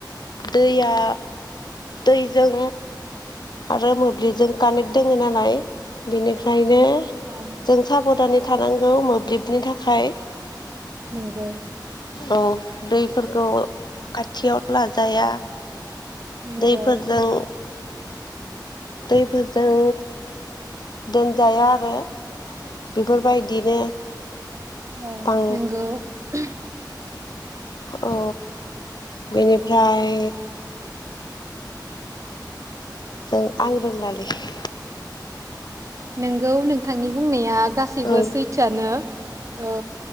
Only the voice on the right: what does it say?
औ
नोंगौ ।
नंगौ
औ
नोंगौ ।
नोंगौ नोंथांनि बुंनाया गासैबो
सैथोआनो ओ